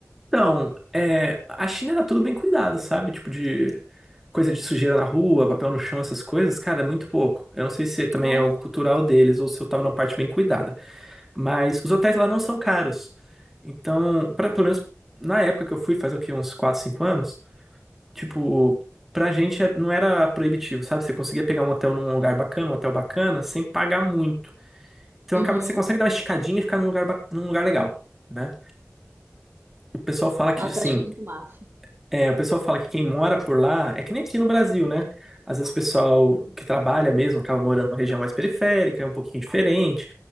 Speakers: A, in the centre; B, on the right.
A: Então, é, a China era tudo bem cuidado, sabe? Tipo de coisa de sujeira na rua, papel no chão, essas coisas, cara, é muito pouco. Eu não sei se também
B: né?
A: é algo cultural deles ou se eu tava numa parte bem cuidada, mas os hotéis lá não são caros. Então, pra, pelo menos na época que eu fui, faz o quê? Uns 4, 5 anos, tipo, pra gente é- não era proibitivo, sabe? Você conseguia pegar um hotel num lugar bacana, um hotel bacana, sem pagar muito. Então
B: Uhum.
A: acaba que você consegue dar uma esticadinha e ficar num lugar, ba- num lugar legal. né? O pessoal fala que,
B: Nossa,
A: assim,
B: eu acho muito massa.
A: É, o pessoal fala que quem mora por lá é que nem aqui no Brasil, né? Às vezes o pessoal que trabalha mesmo acaba morando numa região mais periférica, é um pouquinho diferente.